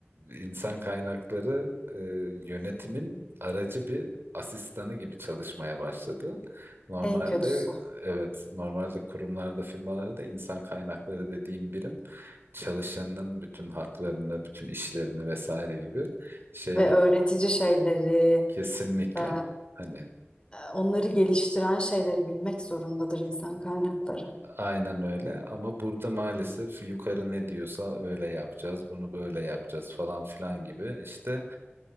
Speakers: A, on the right; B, on the left.
A: insan kaynakları eee, yönetimin aracı bir asistanı gibi çalışmaya başladı. Normalde
B: En kötüsü.
A: evet normalde kurumlarda firmalarda insan kaynakları dediğim birim çalışanın bütün haklarını, bütün işlerini vesaire gibi şeylerin
B: ve öğretici şeyleri,
A: kesinlikle
B: e, e,
A: hani
B: onları geliştiren şeyleri bilmek zorundadır insan kaynakları.
A: aynen öyle ama burada maalesef yukarı ne diyorsa öyle yapacağız, bunu böyle yapacağız falan filan gibi işte